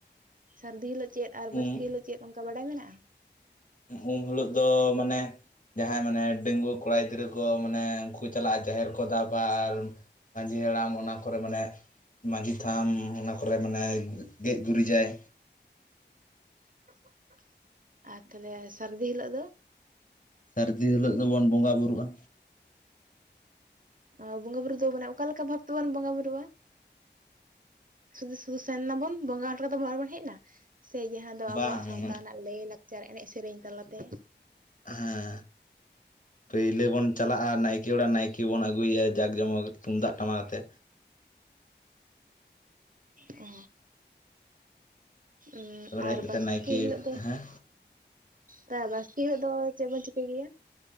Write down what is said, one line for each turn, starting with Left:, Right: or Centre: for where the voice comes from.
Right: ᱥᱟᱹᱨᱫᱤ ᱦᱤᱞᱟᱹᱜ ᱪᱮᱫ ᱟᱨ
Left: ᱩᱢ
Right: ᱵᱟᱥᱠᱮ ᱦᱤᱞᱟ. ᱜ ᱪᱮᱫ ᱚᱝᱠᱟ ᱵᱟᱰᱟᱭ ᱢᱮᱱᱟᱜᱼᱟ?
Left: ᱩᱢ ᱦᱤᱞᱳᱜ ᱫᱚ ᱢᱟᱱᱮ ᱡᱟᱦᱟᱸᱭ ᱢᱟᱱᱮ ᱰᱟᱺᱜᱩᱣᱟᱹ ᱠᱚᱲᱟ ᱜᱤᱫᱽᱨᱟᱹ ᱠᱚ ᱢᱟᱱᱮ ᱩᱝᱠᱩ ᱠᱚ ᱪᱟᱞᱟᱜᱼᱟ ᱡᱟᱦᱮᱨ ᱠᱚ ᱫᱟᱵᱟ, ᱟᱨ ᱢᱟᱺᱡᱷᱤ ᱦᱟᱲᱟᱢ ᱚᱱᱟ ᱠᱚᱨᱮ ᱢᱟᱱᱮ ᱢᱟᱺᱡᱷᱤ ᱛᱷᱟᱱ ᱚᱱᱟ ᱠᱚᱨᱮ ᱢᱟᱱᱮ ᱜᱮᱡ ᱜᱩᱨᱤᱡᱟᱭ᱾
Right: <inaudible> ᱟᱨ ᱛᱟᱦᱞᱮ ᱥᱟᱹᱨᱫᱤ ᱦᱤᱞᱟᱹᱜ ᱫᱚ?
Left: ᱥᱟᱹᱨᱫᱤ ᱦᱤᱞᱟᱹᱜ ᱫᱚᱵᱚᱱ ᱵᱚᱸᱜᱟ ᱵᱩᱨᱩᱜᱼᱟ᱾
Right: ᱟ ᱵᱚᱸᱜᱟ ᱵᱩᱨᱩ ᱫᱚ ᱢᱟᱱᱮ ᱚᱠᱟ ᱞᱮᱠᱟ ᱵᱷᱟᱵᱽ ᱛᱮᱵᱚᱱ ᱵᱚᱸᱜᱟ ᱵᱩᱨᱩᱜᱼᱟ? ᱥᱩᱫᱩ ᱥᱩ ᱥᱮᱱ ᱱᱟᱵᱚᱱ ᱵᱚᱸᱜᱟ ᱦᱚᱴᱚ ᱠᱟᱫᱟ ᱟᱨᱵᱚᱱ ᱦᱮᱡᱱᱟ᱾ ᱥᱮ ᱡᱟᱦᱟᱸ ᱫᱚ
Left: ᱵᱟᱝ
Right: ᱟᱵᱚᱣᱟᱜ ᱥᱟᱶᱛᱟ
Left: ᱦᱮᱸ
Right: ᱨᱮᱱᱟᱜ ᱞᱟᱹᱭ ᱞᱟᱠᱪᱟᱨ ᱮᱱᱮᱡ ᱥᱮᱨᱮᱧ ᱛᱟᱞᱟᱛᱮ
Left: ᱦᱮᱸ ᱯᱟᱹᱭᱞᱟᱹ ᱵᱚᱱ ᱪᱟᱞᱟᱜᱼᱟ ᱱᱟᱭᱠᱮ ᱚᱲᱟᱜ ᱱᱟᱭ ᱠᱮ ᱵᱚᱱ ᱟᱹᱜᱩᱭᱭᱟ ᱡᱟᱠ ᱡᱚᱢᱚᱠ ᱛᱩᱢᱫᱟᱜ ᱴᱟᱢᱟᱠ ᱟᱛᱮ᱾
Right: ᱚ ᱩᱸ
Left: ᱛᱟᱯᱚᱨᱮ
Right: ᱟᱨ
Left: ᱦᱮᱡ ᱠᱟᱛᱮ
Right: ᱵᱟᱥᱠᱮ
Left: ᱱᱟᱭᱠᱮ
Right: ᱦᱤᱞᱟᱹᱜ ᱫᱚ
Left: ᱦᱮᱸ
Right: ᱛᱟ ᱵᱟᱥᱠᱮ ᱦᱤᱞᱟᱹᱜ ᱫᱚ ᱪᱮᱜ ᱵᱚᱱ ᱪᱤᱠᱟᱹᱭ ᱜᱮᱭᱟ